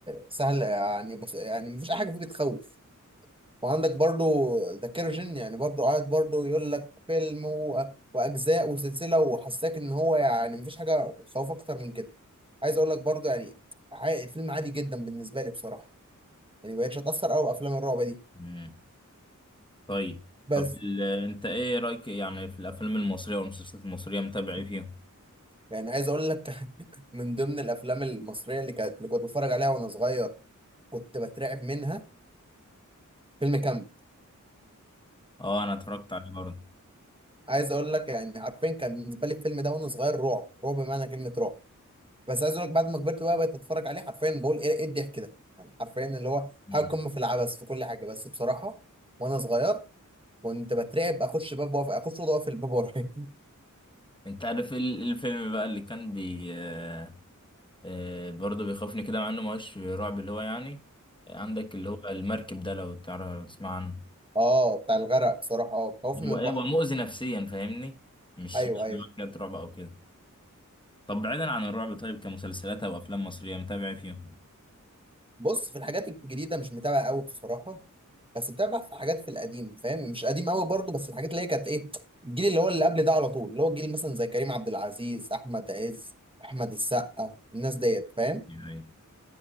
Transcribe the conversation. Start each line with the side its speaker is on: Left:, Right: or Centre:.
Right: سهل يعني بس يعني مفيش اي حاجه فيه بتخوف وعندك برضو ذا كيرجن يعني برضو قاعد برضو يقول لك فيلم و... واجزاء وسلسله وحساك ان هو يعني مفيش حاجه بتخوف اكتر من كده عايز اقول لك برضو يعني عا- الفيلم عادي جدا بالنسبه لي بصراحه يعني بقتش اتاثر قوي بافلام الرعب دي
Left: مم. طيب
Right: بس
Left: طب ال... انت ايه رايك يعني في الافلام المصريه والمسلسلات المصريه متابع ايه فيهم؟
Right: يعني عايز اقول لك <laughs> من ضمن الافلام المصريه اللي كانت اللي كنت بتفرج عليها وانا صغير كنت بترعب منها فيلم كامب
Left: اه انا اتفرجت عليه برضه
Right: عايز اقول لك يعني عارفين كان بالنسبه لي الفيلم ده وانا صغير رعب رعب بمعنى كلمه رعب بس عايز اقول لك بعد ما كبرت بقى بقيت اتفرج عليه حرفيا بقول ايه إيه الضحك ده يعني حرفيا اللي هو
Left: مم.
Right: حاجه قمه في العبث في كل حاجه بس بصراحه وانا صغير كنت بترعب اخش باب واقف اخش اوضه واقف الباب ورايا <laughs>
Left: انت عارف ال- الفيلم بقى اللي كان بي آه آه برضه بيخوفني كده مع انه ما هوش رعب اللي هو يعني آه، عندك اللي هو المركب ده لو تعرف لو تسمع عنه
Right: اه بتاع الغرق بصراحه اه خوفني
Left: هو
Right: من البحر
Left: ايه هو مؤذي نفسيا فاهمني؟ مش
Right: ايوه
Left: مش
Right: ايوه
Left: حاجات رعب او كده طب بعيدا عن الرعب طيب كمسلسلات او افلام مصريه متابع فيهم
Right: بص في الحاجات الجديدة مش متابع قوي بصراحة بس متابع في حاجات في القديم فاهم مش قديم قوي برضه بس الحاجات اللي هي كانت ايه الجيل اللي هو اللي قبل ده على طول اللي هو الجيل مثلا زي كريم عبد العزيز أحمد عز أحمد السقا الناس ديت فاهم
Left: يعني